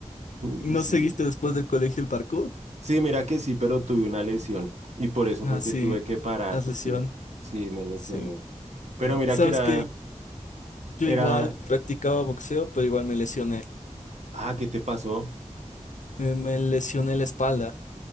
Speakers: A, on the right (about 65°); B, on the left (about 85°).
A: Mm,
B: ¿Y no
A: Sí.
B: seguiste después del colegio el parkour?
A: Sí, mira que sí, pero tuve una lesión. Y por eso
B: Ah,
A: fue que
B: sí,
A: tuve que parar,
B: las
A: porque
B: lesiones.
A: sí, me lesioné.
B: Sí.
A: Pero mira
B: Sabes
A: que era,
B: que yo
A: era,
B: igual practicaba boxeo, pero igual me lesioné.
A: ah, ¿qué te pasó?
B: Eh, Me lesioné la espalda.